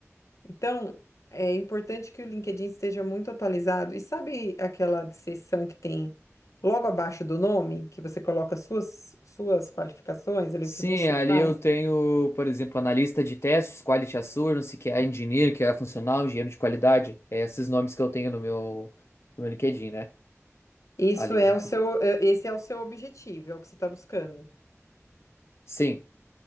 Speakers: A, on the left; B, on the left.
A: Então, é importante que o LinkedIn esteja muito atualizado. E sabe aquela seção que tem logo abaixo do nome, que você coloca suas, suas qualificações ali,
B: Sim,
A: o que você
B: ali
A: faz?
B: eu tenho, por exemplo, analista de testes, quality assurance, que é engineer, que é funcional, engenheiro de qualidade. É esses nomes que eu tenho no meu, no meu LinkedIn, né?
A: Isso
B: Ali.
A: é o seu, é- esse é o seu objetivo, é o que você está buscando.
B: Sim.